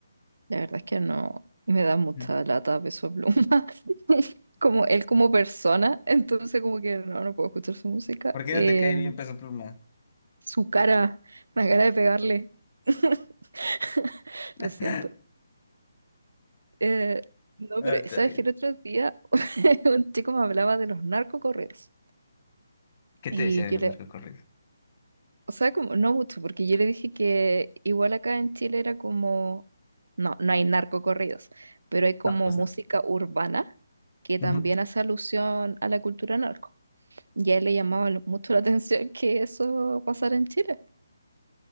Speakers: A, on the right; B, on the left.
A: la verdad es que no me da mucha
B: Mm.
A: lata Peso Pluma. <laughs> Como él como persona, entonces como que no, no puedo escuchar su música.
B: ¿Por qué
A: Eh,
B: no te cae bien Peso Pluma?
A: su cara, la cara de pegarle. <laughs>
B: <laughs>
A: Lo siento. Eh, no,
B: Ah,
A: pero
B: está
A: sabes
B: bien.
A: que el otro día <laughs> un chico me hablaba de los narcocorridos.
B: ¿Qué
A: Y
B: te decía de
A: yo
B: los
A: le,
B: narcocorridos?
A: o sea, como, no mucho, porque yo le dije que igual acá en Chile era como, no, no hay narcocorridos, pero hay como
B: No, pues
A: música
B: no.
A: urbana que
B: Ujú.
A: también hace alusión a la cultura narco. Y a él le llamaba lo- mucho la atención que eso pasara en Chile.